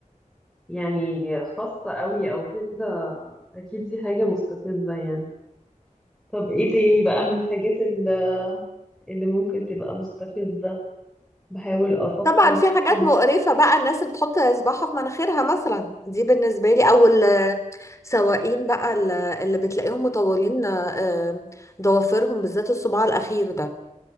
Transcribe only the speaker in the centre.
يعني خاصه قوي او كده اكيد دي حاجه مستفزه يعني طب ايه تاني بقى من الحاجات ال- اللي ممكن تبقى مستفزه بحاول افكر
انا